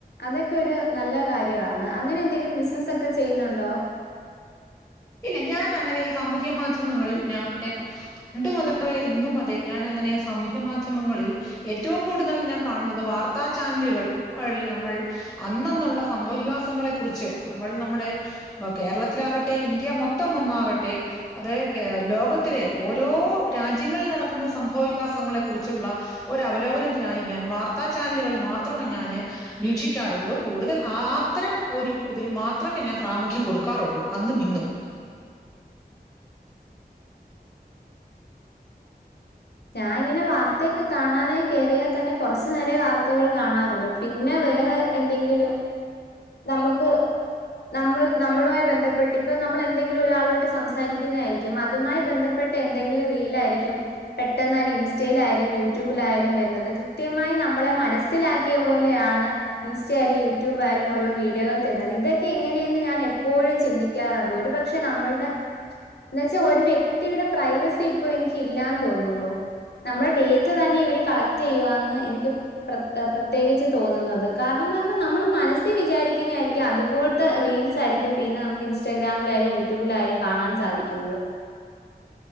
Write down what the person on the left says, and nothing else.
അതൊക്കെ ഒരു നല്ല കാര്യമാണ് അങ്ങനെ എന്തെങ്കിലും ബിസിനസ്സ ഒക്കെ ചെയ്യുന്നുണ്ടോ
ഞാൻ ഇങ്ങനെ വാർത്തയൊക്കെ കാണാനേ കയറിയാൽ തന്നെ കൊറച്ചു നേരേ വാർത്തകൾ കാണാറൊള്ളു പിന്നെ വേറെ എന്തെങ്കിലു നമുക്ക് നമ്മൾ നമ്മളുമായി ബന്ധപ്പെട്ട് ഇപ്പം നമ്മൾ എന്തെങ്കിലും ഒരാളോട്ട് സംസാരിക്ക്ന്ന ആയിരിക്കും അതുമായി ബന്ധ പ്പെട്ട എന്തെങ്കിലും റീലാ ആയിരിക്കും പെട്ടെന്ന് എന്നിം ഇൻസ്റ്റയ്ലായ്ലും യൂട്യൂബിലായാലും വരുന്നത് കൃത്യമായി നമ്മളെ മനസ്സിലാക്കിയ പോലെയാണ് ഇൻസ്റ്റ ആയാലും യൂട്യൂബ് ആ യാലും ഓരോ വീഡിയോകൾ തര്ന്നത് ഇതൊക്കെ എങ്ങനേന്ന് ഞാൻ എപ്പോഴും ചിന്തിക്ക് ക്കാറ്ണ്ട് ഒരുപക്ഷെ നമ്മൾടെ ന്നെ വെച്ചാ ഒരു വ്യക്തിയുടെ പ്രൈവസി ഇപ്പൊ എനിക്ക് ഇല്ലാന്ന് തോന്നുന്നു നമ്മടെ ഡേറ്റ തന്നെ ഇവര് കളക്ട് ചെയ്യുവാന്ന് എനിക്ക് പ്ര പ്രത്യേകിച്ച് തോന്നുന്നത് കാരണംന്ന് പറഞ്ഞാ നമ്മള് മനസ്സി വിചാരിക്കുന്ന ആയിരിക്കും അതുപൂൽ ത്തെ റീൽസാആയിരിക്കും പിന്നെ നമുക്ക് ഇൻസ്റ്റാഗ്രാമിലായാലും യൂട്യൂബിലായാലും കാണാൻ സാധിക്കുന്നത്